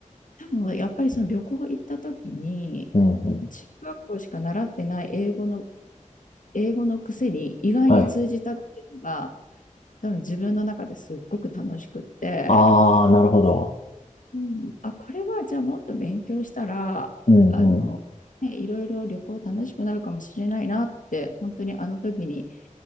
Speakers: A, on the left; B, on the left.
A: 多分やっぱりその旅行行った時に、
B: うん、うん。
A: 中学校しか習ってない英語の、英語のくせに意外に通じたっていうのが、
B: はい。
A: 多分自分の中ですっごく楽しくって、
B: あー、なるほど。
A: うん、あ、これはじゃあもっと勉強したら、
B: うん、
A: あの、
B: うん。
A: ね、いろいろ旅行楽しくなるかもしれないなって、本当にあの時に